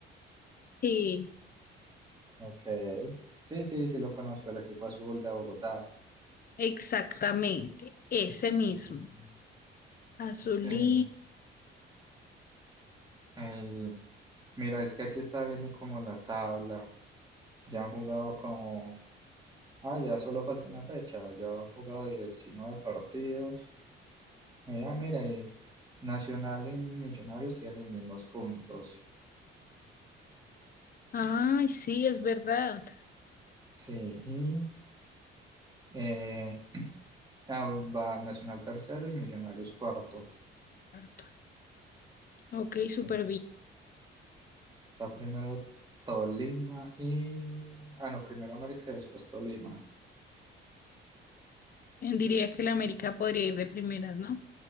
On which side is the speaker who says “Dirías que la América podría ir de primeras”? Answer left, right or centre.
Left